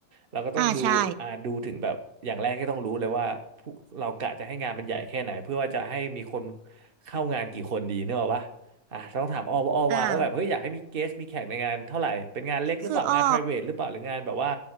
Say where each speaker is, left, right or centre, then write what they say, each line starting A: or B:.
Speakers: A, on the right; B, on the right.
A: เราก็ต้องดูอ่าดูถึงแบบ
B: อ่าใช่
A: อย่างแรกที่ต้องรู้เลยว่าผู้เรากะจะให้งานมันใหญ่แค่ไหนเพื่อว่าจะให้มีคนเข้างานกี่คนดีเนกอะปะอ่ะต้องถามออว่าออวางว่าแบบเฮ้ยอยากให้มีเกสมีแขกในงานเท่าไหร่เป็นงานเล็กหรือเปล่า
B: อ่าคืออ้อ
A: งาน private หรือเปล่าหรืองานแบบว่า